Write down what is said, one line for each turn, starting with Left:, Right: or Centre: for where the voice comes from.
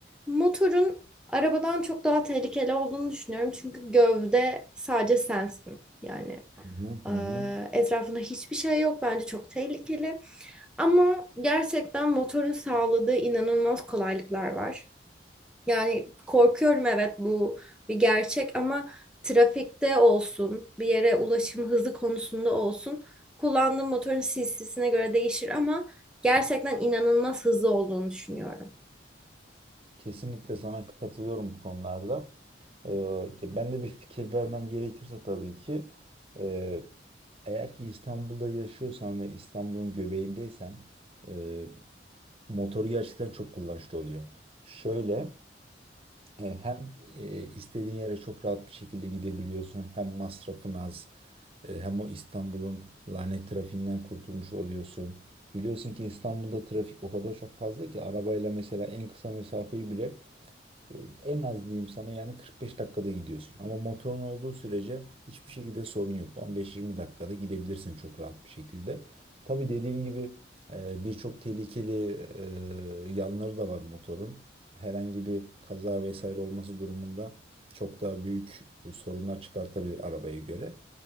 Centre: Motorun arabadan çok daha tehlikeli olduğunu düşünüyorum. Çünkü gövde sadece sensin. Yani
Right: Hı hı hı.
Centre: e,
Right: hı.
Centre: etrafında hiçbir şey yok. Bence çok tehlikeli. Ama gerçekten motorun sağladığı inanılmaz kolaylıklar var. Yani korkuyorum evet bu bir gerçek ama trafikte olsun, bir yere ulaşım hızı konusunda olsun kullandığım motorun cc'sine göre değişir ama gerçekten inanılmaz hızlı olduğunu düşünüyorum.
Right: Kesinlikle sana katılıyorum bu konularda. Ee, ben de bir fikir vermem gerekirse tabii ki e, eğer ki İstanbul'da yaşıyorsan ve İstanbul'un göbeğindeysen e, motoru gerçekten çok kullanışlı oluyor. Şöyle e, hem e, istediğin yere çok rahat bir şekilde gidebiliyorsun hem masrafın az e, hem o İstanbul'un lanet trafiğinden kurtulmuş oluyorsun. Biliyorsun ki İstanbul'da trafik o kadar çok fazla ki arabayla mesela en kısa mesafeyi bile e, En az diyeyim sana yani 45 dakikada gidiyorsun. Ama motorun olduğu sürece hiçbir şekilde sorun yok. 15-20 dakikada gidebilirsin çok rahat bir şekilde. Tabii dediğin gibi e, birçok tehlikeli e, yanları da var motorun. Herhangi bir kaza vesaire olması durumunda çok daha büyük sorunlar çıkartabilir arabaya göre.